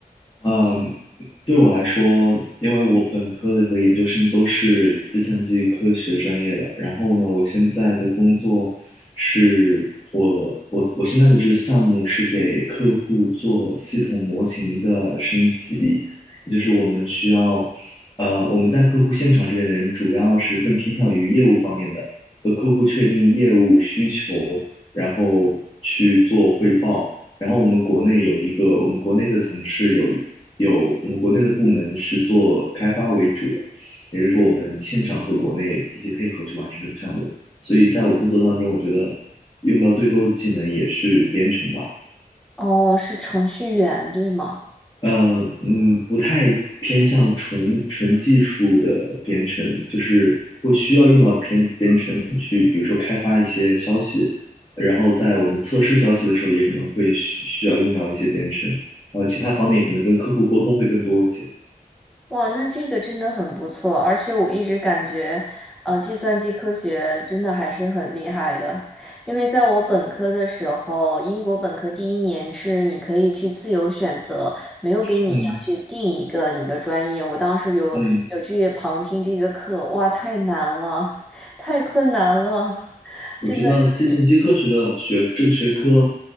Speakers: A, on the left; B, in the centre.
A: 嗯。对我来说，因为我本科的和研究生都是计算机科学专业的，然后呢，我现在的工作是我我我现在的这个项目是给客户做系统模型的升级，也就是我们需要，呃，我们在客户现场这边的人主要是更偏向于业务方面的，和客户确定业务需求，然后去做汇报。然后我们国内有一个，我们国内的同事有有我们国内的部门是做开发为主的，也就是说我们现场和国内一起配合去完成这个项目。所以在我工作当中，我觉得用到最多的技能也是编程吧。
B: 哦，是程序员，对吗？
A: 嗯嗯，不太偏向纯纯技术的编程，就是会需要用到编编程去，比如说开发一些消息，然后在我们测试消息的时候，也可能会需需要用到一些编程，然后其他方面可能跟客户沟通会更多一些。
B: 哇，那这个真的很不错，而且我一直感觉，呃，计算机科学真的还是很厉害的，因为在我本科的时候，英国本科第一年是你可以去自由选择，没有给你要去定一个你的专业。
A: 嗯
B: 我当时有有去旁听这个课，
A: 嗯。
B: 哇，太难了，太困难了，
A: 我觉得计算机科学的学这个学科，
B: <laughs> 真的是。